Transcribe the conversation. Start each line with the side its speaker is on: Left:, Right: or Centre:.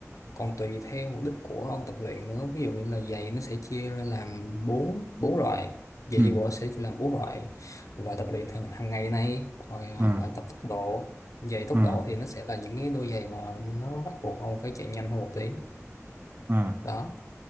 Left: còn tùy theo mục đích của ông tập luyện nữa ví dụ như là giày nó sẽ chia ra làm bốn bốn loại giày
Right: Ừ,
Left: chạy bộ sẽ chia làm bốn loại loại tập luyện hàng hàng ngày này rồi à,
Right: à,
Left: loại tập tốc độ giày tốc
Right: à,
Left: độ thì nó sẽ là những cái đôi giày mà nó bắt buộc ông phải chạy nhanh hơn một tí
Right: à.
Left: đó